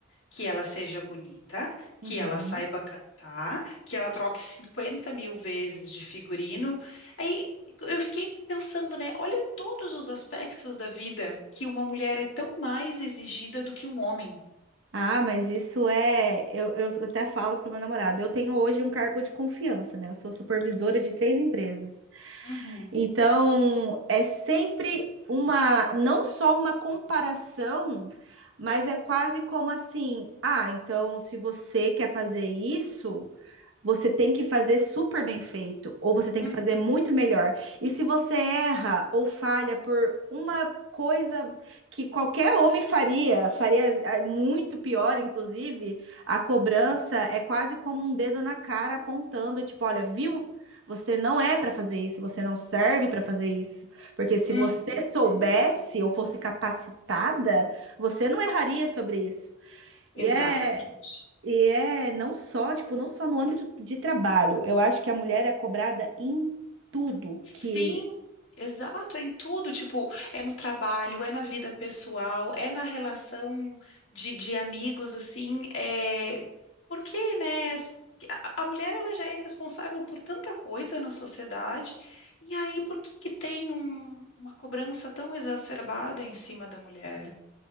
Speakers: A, on the left; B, on the right.
A: que ela seja bonita, que
B: Uhum.
A: ela saiba cantar, que ela troque 50 mil vezes de figurino. Aí eu fiquei pensando, né? Olha todos os aspectos da vida que uma mulher é tão mais exigida do que um homem.
B: Ah, mas isso é. Eu, eu até falo para o meu namorado. Eu tenho hoje um cargo de confiança, né? Eu sou supervisora de três empresas.
A: Uhum,
B: Então, é sempre uma. Não só uma comparação, mas é quase como assim: ah, então, se você quer fazer isso você tem que fazer super bem feito, ou você tem
A: uhum,
B: que fazer muito melhor. E se você erra ou falha por uma coisa que qualquer homem faria, faria eh, muito pior, inclusive, a cobrança é quase como um dedo na cara apontando, tipo, olha, viu? Você não é para fazer isso, você não serve para fazer isso. Porque se
A: uhum,
B: você soubesse
A: uhum.
B: ou fosse capacitada, você não erraria sobre isso.
A: Exatamente.
B: E é, e é não só, tipo, não só no âmbito de trabalho. Eu acho que a mulher é cobrada em tudo
A: Sim,
B: que.
A: exato, é em tudo, tipo, é no trabalho, é na vida pessoal, é na relação de, de amigos, assim, é... Porque, né, assim, a, a mulher, ela já é responsável por tanta coisa na sociedade, e aí por que que tem um- uma cobrança tão exacerbada em cima da mulher?